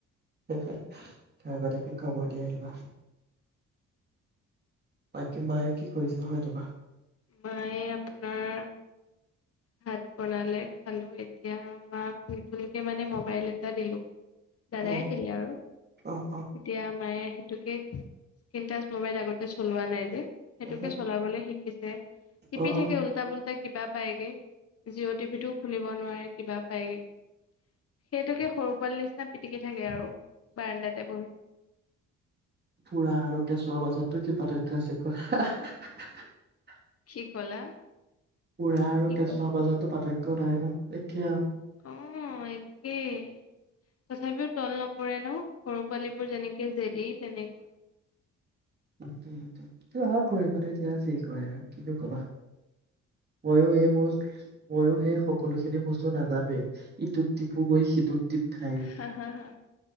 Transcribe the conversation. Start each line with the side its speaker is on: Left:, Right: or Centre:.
Right: <unintelligible> আগতিয়াকে খবৰ দি আহিবা। বাকি মায়ে কি কৰিছিল হয় তোমাৰ?
Left: মায়ে আপোনাৰ ভাত বনালে, খালো। এতিয়া মাক নতুনকে মানে মবাইল এটা দিলো দাদাই
Right: অ',
Left: দিলে আৰু,
Right: অ',
Left: তেতিয়া মায়ে আহি <unintelligible> স্ক্ৰীনটাচ মোবাইল আগতে চলোৱা নাই যে।
Right: অ',
Left: সেইটোকে চলাবলৈ শিকিছে, টিপি
Right: অ'।
Left: থাকে উল্টা পুল্টা কিবা পায়গে। জিঅ' টিভিটোও খুলিব নোৱাৰি। কিবা পায়গে, সেইটোকে সৰু পোৱালি নিচিনা পিটিকি থাকে আৰু বাৰাণ্ডাতে বহি।
Right: ফুৰা আৰু কেঁচুৱা মাজতনো কি পাৰ্থক্য আছে কোৱা। <unintelligible>
Left: কি কলা?
Right: উৰা আৰু
Left: কি
Right: কেঁচুৱা
Left: কয়
Right: মাজতো পাৰ্থক্য <unintelligible> একে আৰু।
Left: অ', একেই। তথাপিও তল নপৰে ন'? সৰু পোৱালিবোৰ যেনেকে জেদি, তেনেকুৱা
Right: <unintelligible> কৰিবলৈ দিয়া যি কৰে আৰু। কিনো ক'বা ময়ো এ মোৰ ময়ো সেই সকলোখিনি বস্তু নাজানোৱেই। ইটোত দীপো গৈ সিটোত দীপ খায়গৈ।
Left: হা হা হা